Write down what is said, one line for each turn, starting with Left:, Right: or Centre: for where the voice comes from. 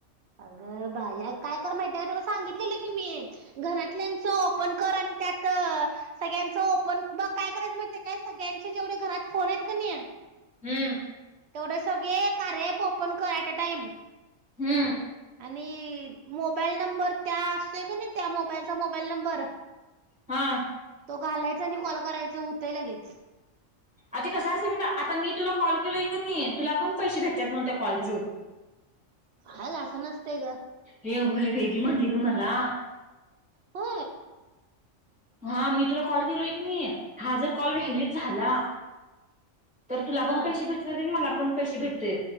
Right: अगं बाई काय कर माहिती आहे काय तुला सांगितलेलं की मी. घरातल्यांचं ओपन कर आणि त्यात. सगळ्यांचं ओपन बघ काय करायचं माहित आहे काय सगळ्यांचे जेवढे घरात फोन आहेत का नी?
Centre: हम्म.
Right: तेवढं सगळे कार्या अॅप ओपन कर ॲट अ टाइम.
Centre: हुम्म.
Right: आणि मोबाईल नंबर त्या असतोय का नाही त्या मोबाईलचा मोबाईल नंबर.
Centre: हा.
Right: तो घालायचा आणि कॉल करायचं होतंय लगेच.
Centre: आता कसं असेल म्हलं आता मी तुला कॉल केलोय का नाही तुला पण पैसे भेटतात पण त्या कॉलचं.
Right: हल असा नसतेय ग.
Centre: ए व्हय वेदी म्हणली ग मला.
Right: हो.
Centre: ह मी तुला कॉल केलोय की नाही हा जर कॉल व्हॅलिड झाला! तर तुला
Right: हा
Centre: पण पैसे भेटतात आणि मला पण पैसे भेटते.